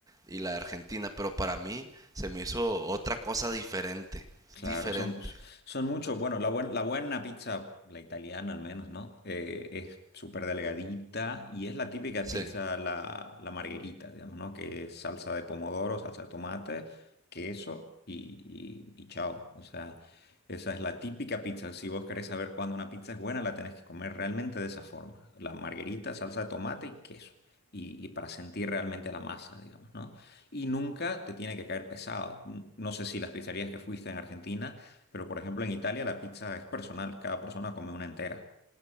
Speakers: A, on the right; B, on the left.
A: y la argentina, pero para mí se me hizo otra cosa diferente,
B: Claro,
A: diferente.
B: son, son muchos. Bueno, la, buen- la buena pizza, la italiana al menos, ¿no? Eh, es súper delgadita y es la típica
A: Sí,
B: pizza, la, la margherita, digamos, ¿no? Que es salsa de pomodoro, salsa de tomate, queso y, y, y chao. O sea, esa es la típica pizza. Si vos querés saber cuándo una pizza es buena, la tenés que comer realmente de esa forma. La margherita, salsa de tomate y queso. Y, y para sentir realmente la masa, digamos, ¿no? Y nunca te tiene que caer pesado. N- No sé si las pizzerías que fuiste en Argentina, pero por ejemplo en Italia la pizza es personal, cada persona come una entera,